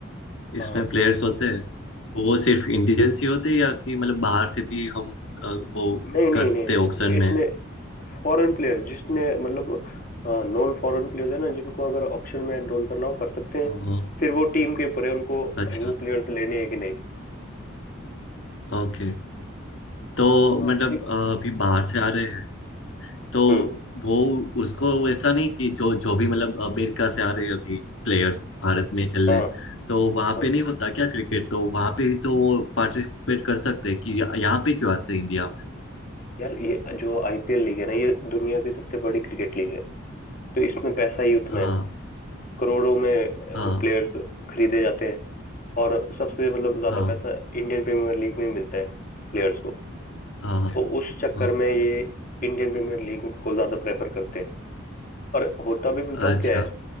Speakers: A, on the left; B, on the left.
A: इसमें
B: हाँ
A: प्लेयर्स होते हैं तो वो सिर्फ इंडियंस ही होते हैं या कि मतलब बाहर से भी हम अ, वो
B: नहीं नहीं
A: करते
B: नहीं नहीं
A: हैं ऑक्शन
B: इसमें
A: में
B: फॉरेन प्लेयर जिसने मतलब नॉन फॉरेन प्लेयर्स है ना जिनको अगर ऑप्शन में एनरोल करना हो कर सकते हैं
A: हाँ हाँ,
B: फिर वो टीम के ऊपर है उनको
A: अच्छा
B: वो प्लेयर्स लेने हैं कि नहीं
A: ओके तो
B: हाँ
A: मतलब
B: तो
A: अ, अभी बाहर से आ रहे हैं तो
B: हम्म
A: वो उसको वैसा नहीं कि जो जो भी मतलब अमेरिका से आ रहे हैं अभी प्लेयर्स भारत में खेलने
B: हाँ
A: तो वहाँ
B: हाँ।
A: पे नहीं होता क्या क्रिकेट तो वहाँ पे भी तो वो पार्टिसिपेट कर सकते हैं कि यहाँ यहाँ पे क्यों आते हैं इंडिया में
B: यार ये जो आईपीएल लीग है ना ये दुनिया की सबसे बड़ी क्रिकेट लीग है तो इसमें पैसा ही उतना
A: हाँ
B: है करोड़ों में
A: हाँ
B: प्लेयर्स खरीदे जाते हैं और सबसे मतलब ज्यादा
A: हाँ
B: पैसा इंडियन प्रीमियर लीग में मिलता है प्लेयर्स को
A: हाँ हाँ
B: तो उस चक्कर
A: हाँ।
B: में ये इंडियन प्रीमियर लीग को ज्यादा प्रेफर करते हैं और होता भी बताऊं
A: अच्छा
B: क्या है